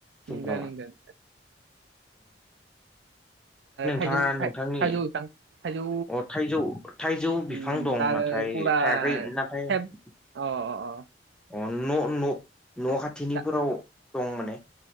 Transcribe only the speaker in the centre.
सुमफ्रामा
ना
नोंथांनि
अ थजौ थाइजौ बिफां
दं
नाथाय
थायाखै नाथाय
<unintelligible>
अ न' न न' खाथिनिफोराव
दं माने